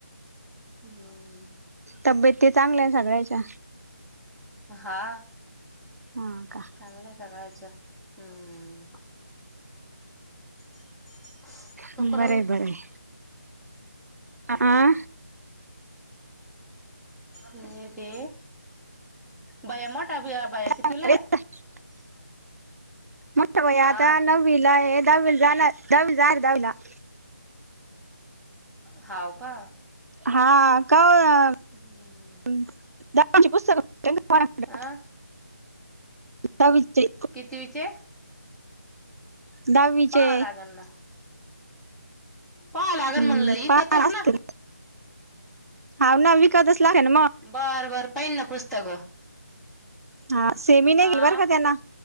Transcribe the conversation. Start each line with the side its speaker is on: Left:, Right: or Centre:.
Centre: हम्म
Right: तब्येत ते चांगल्या ना सगळ्याच्या
Centre: हा
Right: हा का
Centre: चांगल्याय सगळ्यांच्या हम्म <inaudible> <unintelligible>
Right: बरं
Centre: थांब
Right: आहे बरं आहे आ
Centre: मी येते. बया मोठा <unintelligible>
Right: अे <inaudible>
Centre: <unintelligible>
Right: मोठा भाई
Centre: हा
Right: आता नववीला ए दहावीला जाणार दहावी जाणार ए दहावीला
Centre: हाव का
Right: हा.. का ओ
Centre: हम्म
Right: <inaudible> <unintelligible>
Centre: अ
Right: दहावीचे
Centre: कितवीचे?
Right: दहावीचे
Centre: पावा लागण ना पावा लागन
Right: हम्म,
Centre: म्हणलं
Right: पाहा
Centre: इकातच
Right: असतील
Centre: ना
Right: हाव ना विकतच लागत्या ना म
Centre: बरं बर पाहिन ना पुस्तकं
Right: हा सेमी नाही
Centre: हा
Right: घेयल का बर का त्यानं,